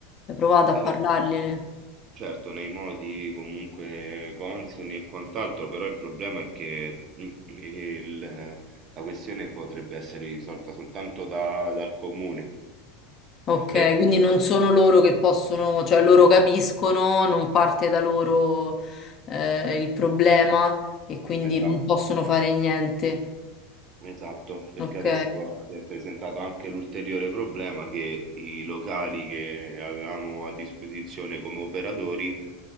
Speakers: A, on the left (about 40°); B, on the right (about 45°).
A: Hai provato
B: eh
A: a parlargliene?
B: sì, certo, nei modi comunque consoni e quant'altro, però il problema è che mm, il, eh, la questione potrebbe essere risolta soltanto da- dal comune.
A: Ok,
B: Cioè,
A: quindi non sono loro che possono, cioè loro capiscono, non parte da loro eh, il problema e quindi
B: Esatto,
A: non possono fare niente.
B: esatto, perché
A: Ok.
B: adesso si è presentato anche l'ulteriore problema che i locali che avevamo a disposizione come operatori